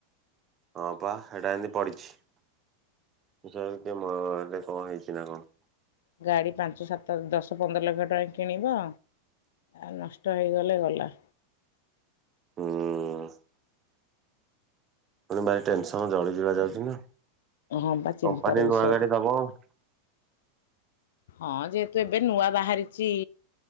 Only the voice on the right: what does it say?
ହଁ ପା ସେଇଟା ଏମିତି ପଡ଼ିଛି। ବିଷୟରେ କିଏ ମୋ ଏରେ କଣ ହେଇଛି ନା କଣ।
ହଁ। ପୁଣି ଭାରି ଟେନସନ ଜଳଳା ଯାଉଛି ନା
କମ୍ପାନୀ
ନୂଆ ଗାଡି
ଦବ ଆଉ।